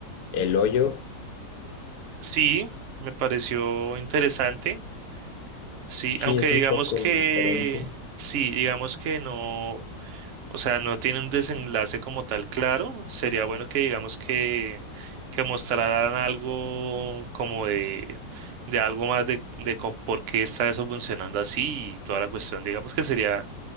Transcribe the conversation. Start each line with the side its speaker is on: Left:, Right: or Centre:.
Left: El Hoyo.
Right: Sí, me pareció interesante. Sí,
Left: Sí,
Right: aunque
Left: es
Right: digamos
Left: un poco
Right: que,
Left: diferente.
Right: sí, digamos que no. O sea, no tiene un desenlace como tal claro. Sería bueno que digamos que, que mostraran algo como de, de algo más de, de co- por qué está eso funcionando así y toda la cuestión. Digamos que sería,